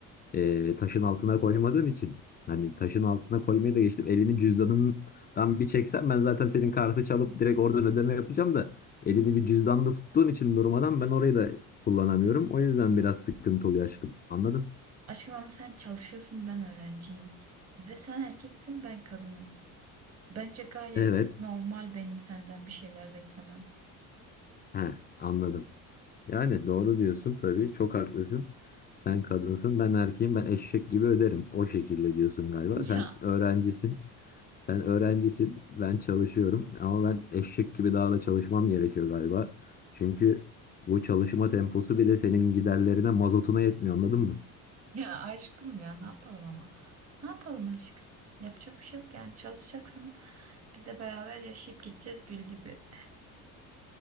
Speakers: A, on the left; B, on the right.
A: e, taşın altına koymadığın için. Hani taşın altına koymayı da geçtim. Elini cüzdanından bir çeksen ben zaten senin kartı çalıp direkt oradan ödeme yapacağım da elini bir cüzdanda tuttuğun için durmadan ben orayı da kullanamıyorum. O yüzden biraz sıkıntı oluyor aşkım. Anladın?
B: Aşkım ama sen çalışıyorsun ben öğrenciyim. Ve sen erkeksin ben kadınım. Bence gayet
A: Evet.
B: normal benim senden bir şeyler beklemem.
A: He, anladım. Yani doğru diyorsun tabii. Çok haklısın. Sen kadınsın, ben erkeğim, ben eşek gibi öderim. O şekilde diyorsun
B: <laughs>
A: galiba.
B: Ya
A: Sen öğrencisin. Sen öğrencisin, ben çalışıyorum ama ben eşek gibi daha da çalışmam gerekiyor galiba. Çünkü bu çalışma temposu bile senin giderlerine, mazotuna yetmiyor, anladın mı?
B: ya aşkım ya ne yapalım ama. Ne yapalım aşkım? Yapacak bir şey yok yani çalışacaksın. Biz de beraber yaşayıp gideceğiz gül gibi.